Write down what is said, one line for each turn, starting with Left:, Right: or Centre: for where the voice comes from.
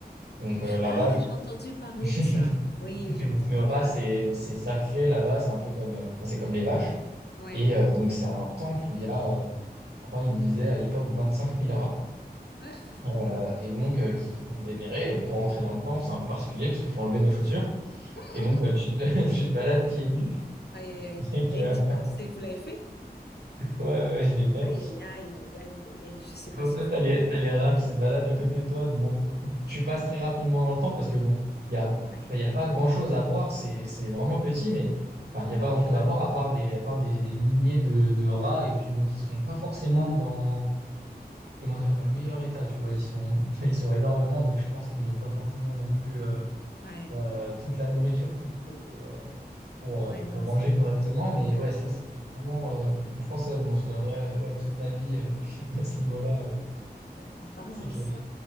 Right: Donc euh, là-bas,
Left: Ah, j'ai entendu parler
Right: <laughs>
Left: de ça. Oui, j'ai
Right: et donc
Left: entendu
Right: le rat
Left: parler.
Right: c'est c'est sacré là-bas, c'est un peu comme euh, enfin, c'est comme les vaches.
Left: Oui.
Right: Et euh, donc c'est un temple où il y a, euh, je crois, ils disaient à l'époque vingt cinq mille rats.
Left: Ah,
Right: euh,
Left: hmm.
Right: et donc euh, qui sont vénérés. Et donc pour rentrer dans le temple, c'est un peu particulier parce qu'il faut enlever nos chaussures.
Left: Hmm,
Right: Et donc euh, tu te, <laughs> tu te balades pieds nus.
Left: <laughs> Aïe, aïe, aïe.
Right: <laughs> Et que,
Left: Rien que
Right: ouais,
Left: d'y penser, vous l'avez fait?
Right: ouais, ouais, je l'ai fait.
Left: Aïe, aïe, aïe, aïe, aïe, aïe, aïe. Je sais pas
Right: Donc
Left: si
Right: toi,
Left: je...
Right: t'as les,
Left: pourrais.
Right: t'as les rats qui se baladent à côté de toi. Bon, tu passes très rapidement dans le temple parce que bon, il y a,
Left: Ouais,
Right: il y a pas grand-chose à voir. C'est, c'est vraiment petit, mais enfin, il n'y
Left: on
Right: a
Left: parlera.
Right: pas grand-chose à voir à part des, à part des, des milliers de, de rats et puis bon, qui sont pas forcément dans comment dire, dans le meilleur état, tu vois. Ils sont, <laughs> ils sont énormément, donc je pense qu'ils n'ont pas forcément non plus. euh,
Left: Ouais,
Right: euh, toute la nourriture qu'il faut pour, euh, pour, euh,
Left: ouais,
Right: pour
Left: non,
Right: manger
Left: c'est
Right: correctement.
Left: vrai.
Right: Mais ouais, ça, c'était vraiment. euh, je pense que ça, je m'en souviendrai euh, ouais, toute ma vie euh, <laughs> à ce niveau-là, euh,
Left: Ben, En parlant
Right: c'est clair.
Left: de ça,